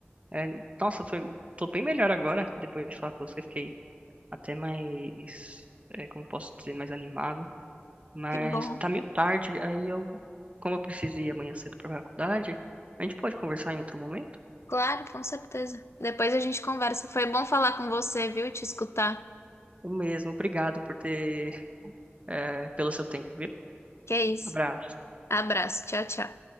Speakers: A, on the right; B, on the left.
A: É, nossa, foi, tô bem melhor agora. Depois de falar com você, fiquei até mais, é, como posso dizer, mais animado. Mas
B: que bom.
A: tá meio tarde, aí eu, como eu preciso ir amanhã cedo pra faculdade, a gente pode conversar em outro momento?
B: Claro, com certeza. Depois a gente conversa. Foi bom falar com você, viu? Te escutar.
A: O mesmo, obrigado por ter, é, pelo seu tempo, viu?
B: Que é isso.
A: Abraço.
B: Abraço. Tchau, tchau.